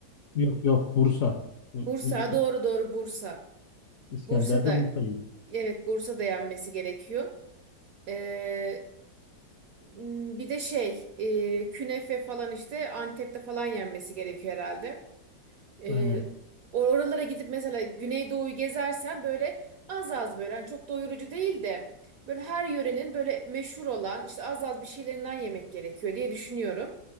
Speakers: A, on the left; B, on the right.
A: Yok yok Bursa. İ-
B: Bursa,
A: İ-
B: doğru doğru Bursa.
A: İskender'de
B: Bursa'da,
A: Bursa'yım.
B: evet Bursa'da yenmesi gerekiyor. Ee, m, bir de şey, e, künefe falan işte Antep'te falan yenmesi gerekiyor herhalde. Ee,
A: Aynen.
B: or- oralara gidip mesela Güneydoğu'yu gezersen böyle az az böyle hani çok doyurucu değil de böyle her yörenin böyle meşhur olan işte az az bir şeylerinden yemek gerekiyor diye düşünüyorum.